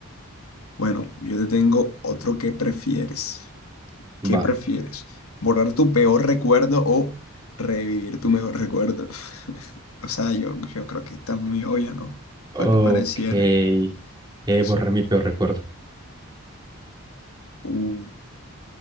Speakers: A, on the left; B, on the right.
A: Bueno, yo te tengo otro que prefieres. ¿Qué
B: Va.
A: prefieres? ¿Borrar tu peor recuerdo o revivir tu mejor recuerdo? <laughs> O sea, yo, yo creo que está muy obvia, ¿no?
B: Ok.
A: Pare- pareciera.
B: Eh,
A: S-
B: borrar mi peor recuerdo.
A: Uh,